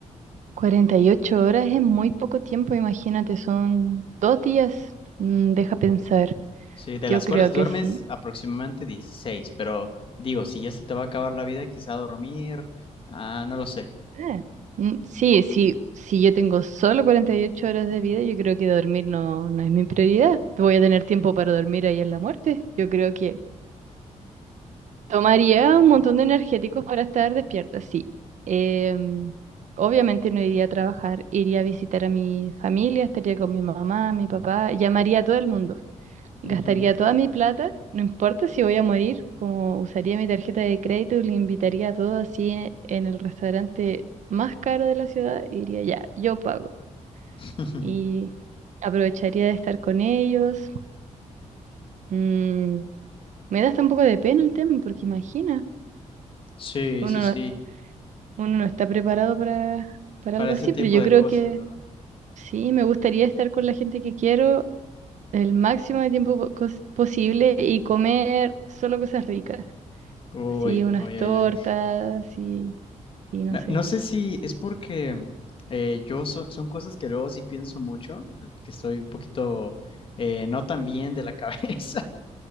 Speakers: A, on the right (about 70°); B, on the left (about 45°).
A: cuarenta y ocho horas es muy poco tiempo, imagínate, son dos días. Mm, deja pensar.
B: Sí, de
A: Yo
B: las
A: creo
B: cuales duermes
A: que sí.
B: aproximadamente 16, pero digo, si ya se te va a acabar la vida, quizá dormir, ah, no lo sé.
A: Eh, mm, Sí, sí, si yo tengo solo cuarenta y ocho horas de vida, yo creo que dormir no, no es mi prioridad. Voy a tener tiempo para dormir ahí en la muerte. Yo creo que Tomaría un montón de energéticos para estar despierta, sí. Em, obviamente no iría a trabajar, iría a visitar a mi familia, estaría con mi mamá, mi papá, llamaría a todo el mundo, gastaría
B: Ujú.
A: toda mi plata, no importa si voy a morir, como usaría mi tarjeta de crédito y le invitaría a todos así e- en el restaurante más caro de la ciudad, y diría ya, yo pago.
B: <laughs>
A: Y aprovecharía de estar con ellos. Mm, me da hasta un poco de pena el tema, porque imagina.
B: Sí,
A: Uno
B: sí, sí,
A: no uno no está preparado para, para
B: para
A: algo
B: ese
A: así,
B: tipo
A: pero yo
B: de
A: creo
B: cosas,
A: que
B: ¿verdad?
A: sí, me gustaría estar con la gente que quiero el máximo de tiempo po- cos- posible y comer solo cosas ricas,
B: Uy,
A: así unas
B: uy,
A: tortas
B: uy, uy.
A: y, y no
B: No,
A: sé.
B: no sé si es porque eh, yo so- son cosas que luego sí pienso mucho, eh, que estoy un poquito eh, no tan bien de la <laughs> cabeza,